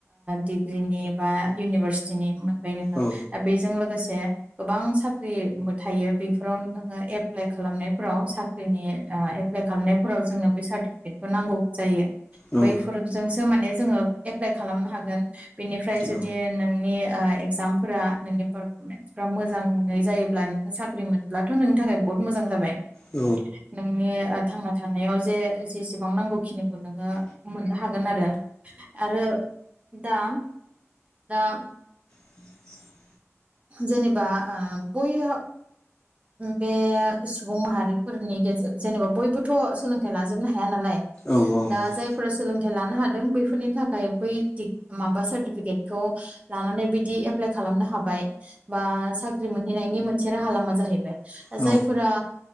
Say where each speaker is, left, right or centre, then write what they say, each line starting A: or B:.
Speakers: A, on the right (about 25°); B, on the left (about 25°).
A: डिग्रिनि बा इउनिभारसिटिनि मोनबाय नोङो
B: औ
A: दा बेजों लोगोसे <inaudible> गोबां साख्रिबो थायो बेफोराव नोङो एप्लाइ खालामनायफोराव साख्रिनि ओह एप्लाइ खालामनाय फोराव जोंनो बे सार्टिफिकेटखौ नांगौ जायो।
B: औ
A: बैफोरजोंसो माने जोङो एप्लाइ खालामनो हागोन। बेनिफ्राय जुदि
B: औ
A: नोंनि एकजामफोरा नोंनि पार टेन्सफ्रा मोजाङै जायोब्ला नोङो साख्रि मोनब्लाथ' नोंनि थाखाय बहुत मोजां जाबाय।
B: औ
A: नोंनि थांना थानायाव जे जेसेबां नांगौखिनिखौ नोङो मोननो हागोन आरो आरो दा दा
B: <inaudible>
A: जेनेबा ओह बयहा बे सुबुं माहारिफोरनि गेजे जेनेबा बयबोथ' सोलोंथाइ लाजोबनो हाया नालाय
B: औ नंगौ
A: दा जायफोरा सोलोंथाइ लानो हादों बैफोरनि थाखाय बै दि माबा सार्टिफिकेटखौ लानानै बिदि एप्लाय खालामनो हाबाय। बा साख्रि मोनहैनायनि मोनसे राहा लामा जाहैबाय। दा
B: औ
A: जायफोरा